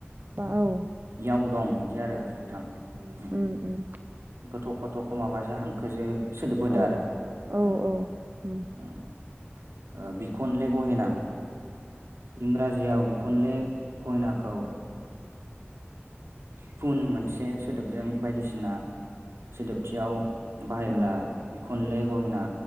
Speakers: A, on the right; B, on the right.
A: बा औ
B: इयाव दं बिदि आरो नोंथां
A: उम उम
B: ओम
A: उम
B: गोथ'खौथ'खौ माबाजों हांखोजो सोदोबबोदो
A: औ
B: आरो
A: औ
B: ओम
A: औ उम
B: ओम ओ बिखनले गहेना इंराजियाव बिखुनले गहेनाखौ फुन मोनसे सोदोबजों बायदिसिना सोदोबथियाव बाहायोब्ला
A: उम
B: बिखनले गहेना